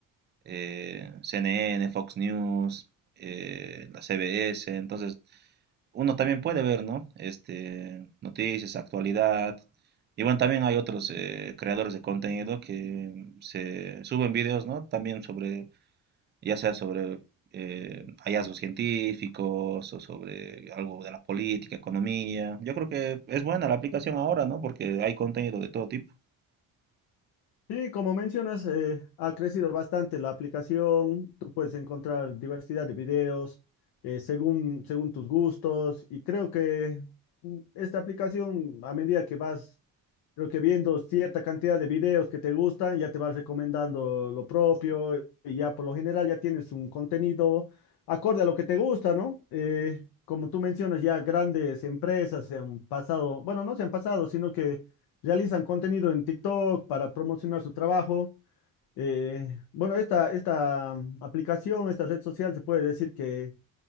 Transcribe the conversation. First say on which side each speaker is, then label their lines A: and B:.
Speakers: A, on the right; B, on the left.
A: eh, CNN, Fox News, eh, la CBS, entonces uno también puede ver, ¿no? Este, noticias, actualidad. Y bueno, también hay otros eh, creadores de contenido que se suben videos, ¿no? También sobre, ya sea sobre eh, hallazgos científicos o sobre algo de la política, economía. Yo creo que es buena la aplicación ahora, ¿no? Porque hay contenido de todo tipo.
B: Sí, como mencionas, eh, ha crecido bastante la aplicación. Tú puedes encontrar diversidad de videos eh, según, según tus gustos y creo que mm, esta aplicación, a medida que vas, creo que viendo cierta cantidad de videos que te gustan, ya te vas recomendando lo propio y ya por lo general ya tienes un contenido acorde a lo que te gusta, ¿no? Eh, como tú mencionas, ya grandes empresas se han pasado, bueno, no se han pasado, sino que realizan contenido en TikTok para promocionar su trabajo. Eh, bueno, esta, esta mm, aplicación, esta red social se puede decir que